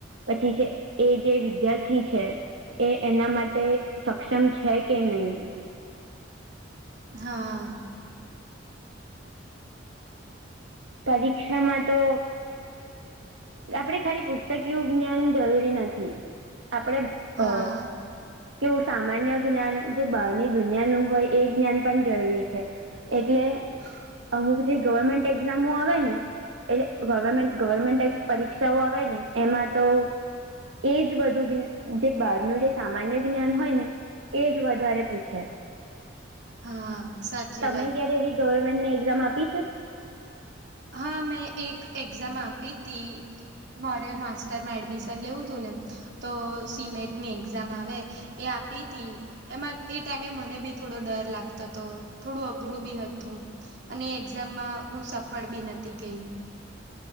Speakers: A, on the right; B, on the right.
A: પછી છે એ જે વિદ્યાર્થી છે એ એના માટે સક્ષમ છે કે નહીં?
B: હા.
A: પરીક્ષામાં તો આપણે ખાલી પુસ્તકીય જ્ઞાન જરૂરી નથી. આપણે
B: હા
A: અ કેવું સામાન્ય જ્ઞાન જે બહારની દુનિયાનું હોય એ જ્ઞાન પણ જરૂરી છે. એટલે
B: <unintelligible>
A: અમુક જે ગવર્મેન્ટ એક્ઝામો આવે ને એટલે ગવર્મેન્ટ ગવર્મેન્ટ એક પરીક્ષાઓ આવે ને એમાં તો એજ બધું જે બહાર નું જે સામાન્ય જ્ઞાન હોય ને એ જ વધારે પૂછે.
B: હા સાચી
A: તમે
B: વાત
A: ક્યારે એવી ગવર્મેન્ટની એક્ઝામ આપી છે?
B: હા મેં એક એક્ઝામ આપી તી મારે માસ્ટર માં એડમિશન લેવું તું ને તો સિમેટની એક્ઝામ આવે એ આપી તી એમાં એ ટાઈમે મને બી થોડો ડર લાગતો હતો થોડું અઘરું બી હતું. અને એક્ઝામમાં હું સફળ બી નતી ગઈ.